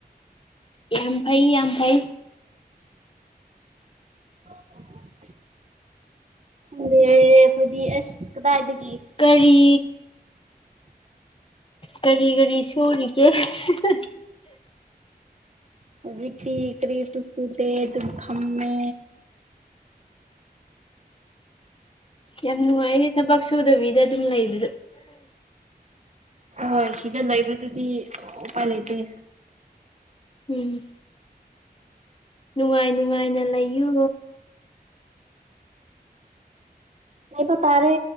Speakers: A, on the left; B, on the right.
A: ꯌꯥꯝ ꯐꯥꯏ ꯌꯥꯝꯝ ꯐꯥꯏ
B: <inaudible> ꯑꯗ ꯑꯩꯈꯣꯏꯗꯤ ꯑꯁ ꯀꯗꯥꯏꯗꯒꯤ
A: ꯀꯔꯤ ꯀꯔꯤ ꯀꯔꯤ ꯁꯨꯔꯤꯒꯦ ꯍꯍ
B: ꯍꯧꯖꯤꯛ ꯊꯤ ꯀꯔꯤ ꯁꯨꯁꯨꯨꯗꯦ ꯑꯗꯨꯝ ꯈꯝꯃꯦ
A: ꯌꯥꯝ ꯅꯨꯡꯉꯥꯏꯅꯦ ꯊꯕꯛ ꯁꯨꯗꯕꯤꯗ ꯑꯗꯨꯝ ꯂꯩꯕꯗꯣ
B: ꯍꯣꯏ ꯁꯤꯗ ꯂꯩꯕꯗꯨꯗꯤ ꯎꯄꯥꯏ ꯂꯩꯇꯦ
A: ꯎꯝ ꯅꯨꯡꯉꯥꯏ ꯅꯨꯡꯉꯥꯏꯅ ꯂꯩꯌꯨ
B: ꯑꯩꯕ ꯇꯥꯔꯦ